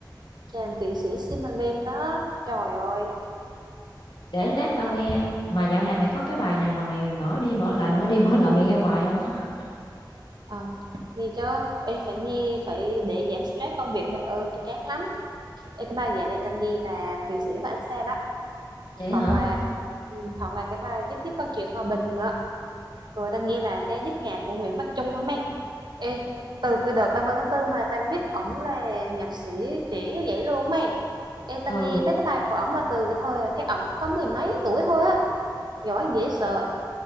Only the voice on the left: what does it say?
để lát tao
nghe mà dạo này mày có cái bài nào mà mày mở đi mở lại mở đi mở lại mày nghe hoài không <laughs>
vậy hả
ừ